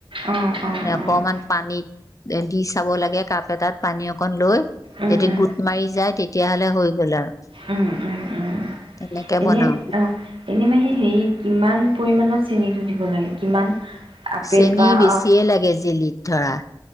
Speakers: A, on the right (about 80°); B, on the left (about 40°).
A: অ', অ',
B: মানে অকমান
A: অ'।
B: পানীত দি চাব লাগে কাপ এটাত পানী অকণ লৈ
A: উম,
B: যদি
A: উম,
B: গোট মাৰি যায় তেতিয়াহলে হৈ গল আৰু
A: উম, উম, উম।
B: তেনেকে
A: এনে
B: বনাও
A: অ এনে মাহী হেৰি কিমান পৰিমণত চেনিটো দিব লাগে কিমান আপেল
B: চেনিী
A: বা
B: বেছিয়ে
A: অ
B: লাগে জেলিত ধৰা